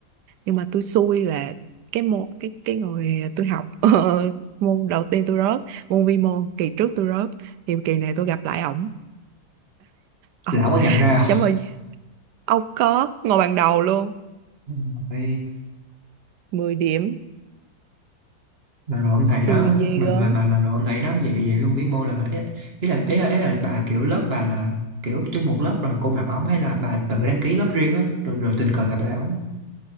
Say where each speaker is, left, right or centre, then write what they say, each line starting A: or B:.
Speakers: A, on the right; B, on the right.
A: nhưng mà tôi xui là cái môn cái cái người tôi học <laughs> ờ, môn đầu tiên tôi rớt môn vi mô kỳ trước tôi rớt thì kỳ này tôi gặp lại ổng ông
B: lão có nhận ra không
A: chấm ơi ông có ngồi bàn đầu luôn
B: <laughs> Ừ.
A: mười điểm
B: mà rồi ông thầy
A: xui
B: đó
A: ghê
B: mà
A: gớm
B: mà mà, mà rồi ông thầy đó vậy vậy luôn vĩ mô là ý, ý là ý là, ý là bà kiểu lớp bà là kiểu chung một lớp rồi cùng học ổng hay là bà tự đăng ký lớp riêng á rồi rồi tình cờ gặp lại ổng